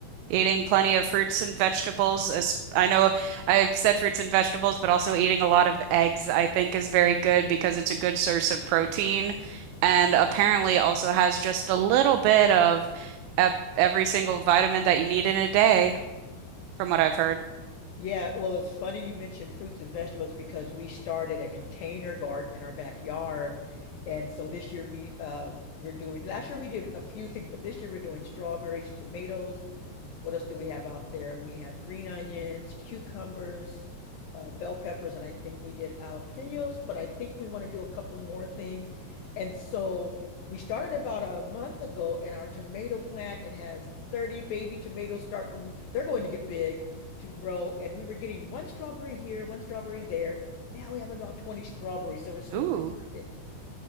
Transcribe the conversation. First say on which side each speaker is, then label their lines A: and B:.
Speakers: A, on the right; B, on the left.
A: eating plenty of fruits and vegetables. As I know I've said fruits and vegetables, but also eating a lot of eggs, I think, is very good because it's a good source of protein and apparently also has just a little bit of ev- every single vitamin that you need in a day, from what I've heard.
B: Yeah, well, it's funny you mentioned fruits and vegetables because we started a container garden in our backyard. And so this year we uh we're doing last year we did a few things, but this year we're doing strawberries, tomatoes, what else do we have out there? We have green onions, cucumbers, uh, bell peppers, and I think we did jalapenos, but I think we want to do a couple more things. And so we started about a month ago, and our tomato plant, it has 30 baby tomatoes starting, they're going to get big to grow. And we were getting one strawberry here, one strawberry there. Now we have about 20 strawberries, so we're super
A: Ooh.
B: excited.